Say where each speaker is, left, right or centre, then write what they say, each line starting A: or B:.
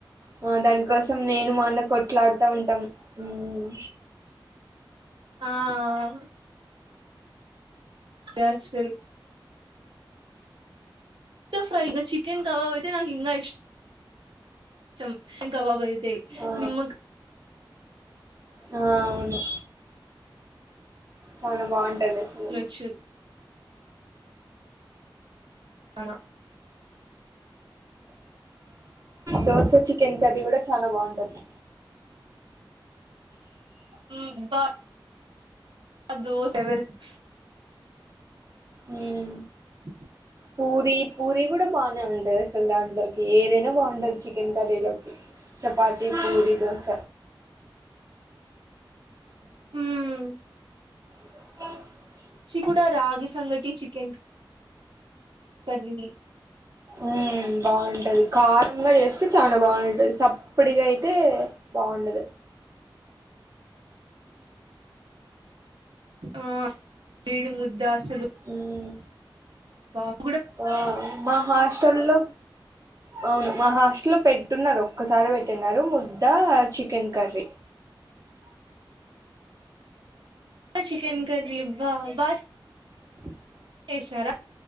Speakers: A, on the right; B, on the right.
A: మొత్తం దానికోసం నేను, మా అన్న కొట్లాడుతా ఉంటాం. మ్
B: ఆ అ డాన్స్ తెరేకు. ఉత్త ఫ్రైగా చికెన్ కబాబ్ అయితే నాకు ఇంకా ఇష్ ష్టం చికెన్ కబాబ్ అయితే. అయితే
A: ఆ
B: నిమ్మ
A: ఆ అవును చాలా బాగుంటది అసలు.
B: ఆనియనొచ్చు చానా
A: దోశ చికెన్ కర్రి కూడా చాల బాగుంటది.
B: మ్ అబ్బా అ దోస ఎవరిది.
A: నేనే
B: ఉ
A: పూరీ, పూరీ కూడా బానే ఉంటది అసలు దాంట్లోకి ఏదైనా బాగుంటది. చికెన్ కర్రీలోకి. చపాతి, పూరీ, దోశ
B: మ్
A: <unintelligible>
B: చిగుడ రాగి సంగటి చికెన్. కర్వి మి
A: ఉమ్ బాగుంటది కారంగా చేస్తే చాలా బాగుంటది సప్ ఇప్పుడిగ అయితే బాగుండదు.
B: ఆ తేనె ముద్ద అసలు.
A: మ్
B: అబ్బ
A: ఆ మ హాస్టల్ లో
B: <unintelligible>
A: అవును మా హాస్టల్లో లో పెట్టున్నారు ఒక్కసారి పెట్టిన ముద్ద చికెన్ కర్రీ
B: ఆ చికెన్ కీ అబ్బా
A: <unintelligible>
B: వేసినారా